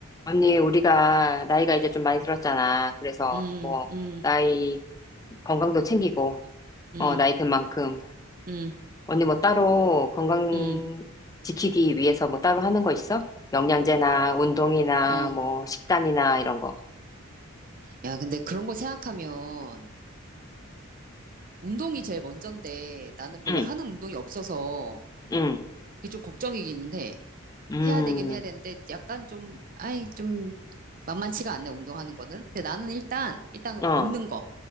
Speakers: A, on the left; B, on the right.
A: 언니, 우리가 나이가 이제 좀 많이 들었잖아. 그래서
B: 음,
A: 뭐,
B: 음,
A: 나이, 건강도 챙기고,
B: 음,
A: 어, 나이 든 만큼.
B: 음,
A: 언니 뭐 따로 건강
B: 음,
A: 지키기 위해서 뭐 따로 하는 거 있어? 영양제나 운동이나
B: 어.
A: 뭐 식단이나 이런 거.
B: 야, 근데 그런 거 생각하면 운동이 제일 먼저인데 나는 별로
A: 응,
B: 하는 운동이 없어서
A: 응,
B: 그게 좀 걱정이기는 해.
A: 음,
B: 해야 되긴 해야 되는데 약간 좀, 아이, 좀 만만치가 않네, 운동하는 거는. 근데 나는 일단, 일단
A: 어,
B: 먹는 거.